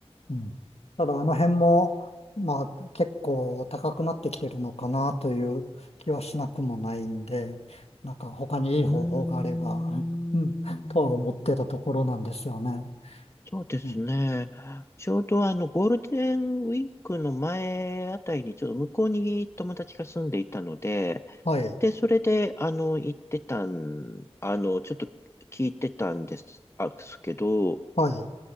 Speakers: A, on the left; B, on the left.
A: うん、ただあの辺も、まあ結構高くなってきてるのかなという気はしなくもないんで、なんか他にいい方法があれば、
B: うーん。
A: うん、とは思ってたところなんですよね。
B: そうですね。
A: ええ
B: ちょうどあの、ゴールデンウィークの前あたりに、ちょっと向こうに友達が住んでいたので、
A: はい、
B: で、それで、あの、行ってたん、あの、ちょっと聞いてたんです、あすけど、
A: はい、